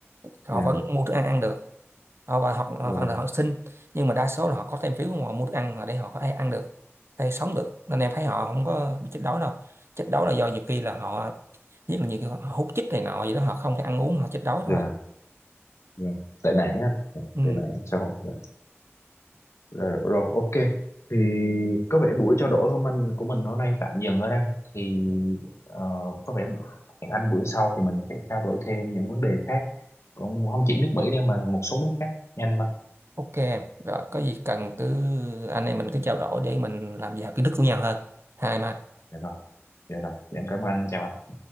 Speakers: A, on the right (about 60°); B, on the left (about 80°).
A: họ
B: dạ
A: vẫn mua thức ăn ăn được họ và hoặc
B: dạ
A: hoặc
B: rồi,
A: là họ xin nhưng mà đa số là họ có thêm phiếu mà họ mua thức ăn để họ có thể ăn được hay sống được nên em thấy họ không có bị chết đói đâu chết đói là do nhiều khi là họ nhất là nhiều khi họ hút chích này nọ gì đó họ không thể ăn uống họ chết đói
B: dạ
A: thôi
B: dạ tệ nạn á dạ,
A: ừ
B: tệ nạn xã hội dạ dạ. Rồi, rồi ok thì có vẻ buổi trao đổi hôm anh của mình hôm nay tạm dừng ở đây thì ờ, có vẻ hẹn anh bữa sau thì mình sẽ trao đổi thêm những vấn đề khác cũng không chỉ nước Mỹ đâu mà một số nước khác nhanh mà
A: ok em. rồi có gì cần cứ anh em mình cứ trao đổi để mình làm giàu kiến thức của nhau hơn hai mà
B: dạ rồi dạ rồi dạ em cảm ơn anh chào anh